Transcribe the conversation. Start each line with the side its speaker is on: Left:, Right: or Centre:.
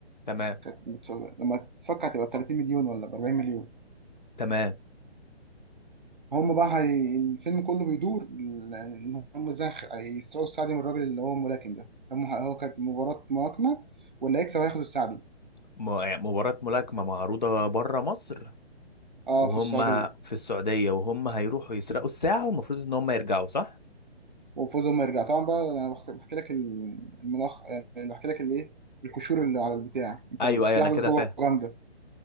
Left: تمام
Right: كانت بتص- لما تفكر هتبقى ب 30 مليون ولا ب 40 مليون
Left: تمام
Right: هم بقى هي... الفيلم كله بيدور ل- يعني ان هم ازاي خ- هيسرقوا السعدي من الراجل اللي هو الملاكم ده هم ه- هو كانت مباراة ملاكمة واللي هيكسب هياخد السعدي
Left: م- آه، يعني مباراة ملاكمة معروضة بره مصر
Right: اه
Left: وهم
Right: في السعودية
Left: في السعودية وهم هيروحوا يسرقوا الساعة والمفروض ان هم يرجعوا صح؟
Right: وفوز ما يرجع طبعا بقى انا بحس- بحكي لك ال- الملخ يعني بحكي لك الايه الكشور اللي على البتاع انت
Left: ايوه
Right: ب-
Left: ايوه
Right: في
Left: انا
Right: احداث
Left: كده
Right: جوه
Left: فاهم
Right: جامده